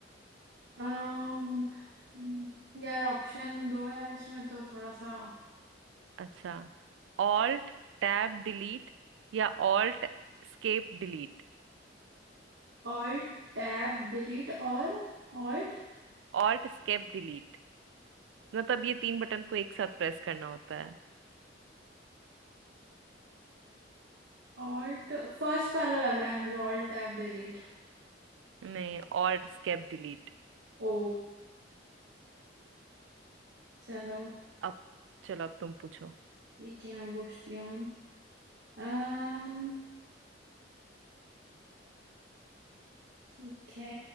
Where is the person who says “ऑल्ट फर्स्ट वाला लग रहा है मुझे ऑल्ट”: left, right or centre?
Right